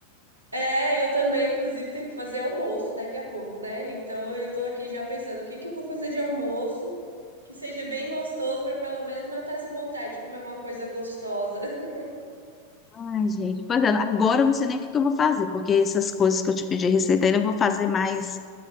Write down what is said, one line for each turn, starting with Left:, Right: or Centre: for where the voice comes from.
Right: É, eu também, inclusive, tenho que fazer almoço daqui a pouco, né? Então eu tô aqui já pensando o que que eu vou fazer de almoço que seja bem gostoso pra pelo menos matar essa vontade de comer uma coisa gostosa. <laughs>
Left: Ai, gente, pois é, agora eu não sei nem o que que eu vou fazer, porque essas coisas que eu te pedi receita ainda eu vou fazer mais